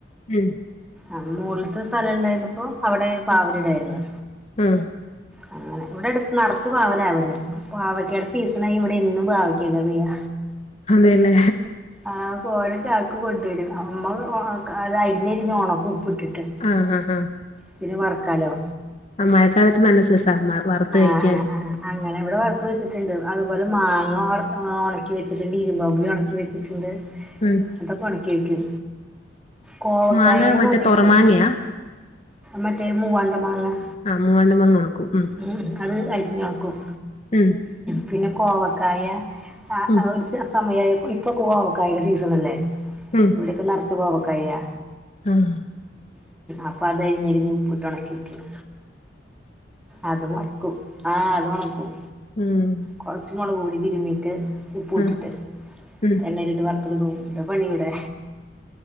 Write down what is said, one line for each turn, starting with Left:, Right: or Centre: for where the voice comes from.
Left: ഉം
Centre: ആഹ് മോള്ത്തെ സ്ഥലം ഉണ്ടായി രുന്നപ്പോ അവിടെ പാവല്
Left: ഉം
Centre: ഇടായിരുന്നു.
Left: ആഹ്
Centre: അങ്ങനെ ഇവിടെ അടുത്ത് നിറച്ചു പാവലാ ഇവിടെ. പാവയ്ക്കയുടെ സീസണായ ഇവിടെ എന്നും പാവയ്ക്ക കറിയാ.
Left: അങ്ങനെ.
Centre: ആഹ് ഓരോ ചാക്ക് കൊണ്ടുവരും അമ്മ അത് അരിഞ്ഞരിഞ്ഞ് ഉണക്കും ഉപ്പിട്ടിട്ട്.
Left: ആഹ് ആഹ് ആഹ്.
Centre: പിന്നെ വറക്കാലോ.
Left: ആഹ് മഴക്കാലത്ത് നല്ല സസാ വറുത്
Centre: ആഹ്
Left: കഴിക്കാന്.
Centre: ആഹ് ആഹ് അങ്ങനെ അവിടെ വറുത്ത് വെച്ചിട്ടുണ്ട് അതുപോലെ മാങ്ങ വർ ഉണക്കി വച്ചിട്ടുണ്ട്, ഇരുമ്പമ്പുളി ഉണക്കി, വെച്ചിട്ട് ഉണ്ട്.
Left: ഉം.
Centre: എന്താ <unintelligible> കോവക്കായട്
Left: മാങ്ങ മറ്റേ
Centre: സമയം കഴിഞ്ഞോ?
Left: തൊറമാങ്ങയാ
Centre: മറ്റേ മൂവാണ്ടൻ മാങ്ങ.
Left: ആഹ് മൂവാണ്ടൻ മാങ്ങ ഒണക്കും ഉം.
Centre: ഉം അത് അരിഞ്ഞ് ഉണക്കും.
Left: ഉം.
Centre: പിന്നെ കോവക്കായ ആഹ്
Left: ഉം
Centre: ഒരു സമയമായി ഇപ്പൊ കോവക്കായ സീസൺ അല്ലേ?
Left: ഉം.
Centre: ഇവിടയൊക്കെ നിറച്ച് കോവക്കായാ.
Left: ആഹ്.
Centre: അപ്പൊ അത് അരിഞ്ഞ് അരിഞ്ഞ് ഉപ്പിട്ട് ഉണക്കി വയ്ക്കും. അത് ഉണക്കൂ ആഹ് അത് ഉണക്കും.
Left: ഉം.
Centre: കുറച്ചുമുളക് പൊടി തിരുമ്മീട്ട് ഉപ്പ് ഇട്ടിട്ട്
Left: ആഹ് ഉം
Centre: എണ്ണലിട്ട് വറുത്ത് തിന്നു. <unintelligible> പണി ഇവിടെ